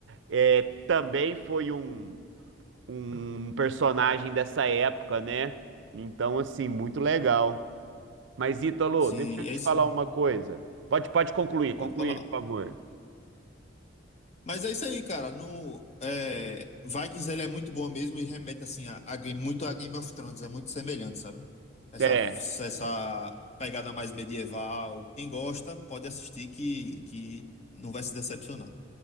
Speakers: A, on the right (about 65°); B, on the left (about 35°).
A: É, também foi um, um um personagem dessa época, né? Então, assim, muito legal. Mas, Ítalo,
B: Sim,
A: deixa eu te
B: é isso.
A: falar uma coisa. Pode, pode concluir, concluir,
B: Pode falar.
A: por favor.
B: Mas é isso aí, cara. No, é, Vikings ele é muito bom mesmo e remete assim a, a game- muito a Game of Thrones, é muito semelhante, sabe? Essa,
A: É,
B: essa pegada mais medieval. Quem gosta pode assistir que, que não vai se decepcionar.